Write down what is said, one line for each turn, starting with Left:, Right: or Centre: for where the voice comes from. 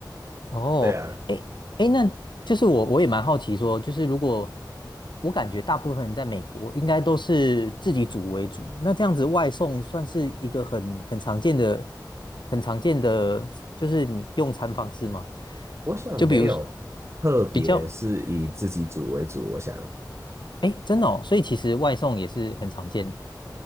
Left: 哦，
Right: 对啊，
Left: 诶诶，那就是我我也蛮好奇说，就是如果我感觉大部分人在美国应该都是自己煮为主，那这样子外送算是一个很很常见的、很常见的，就是你用餐方式吗？
Right: 我想没有特别是以自己组为主，
Left: 就比如比较，
Right: 我想。
Left: 诶，真的哦，所以其实外送也是很常见。